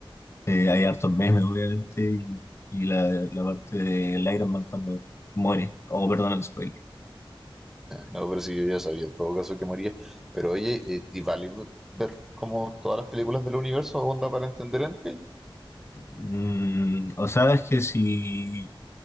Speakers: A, on the left; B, in the centre.
A: eh, hay hartos memes obviamente, y, y la, la parte del Iron Man cuando muere. Oh, perdón el spoiler.
B: No, pero sí, yo ya sabía en todo caso que moría. Pero oye, eh, ¿y vale ver como todas las películas del universo onda para entender Endgame?
A: Mm, o sea, es que si,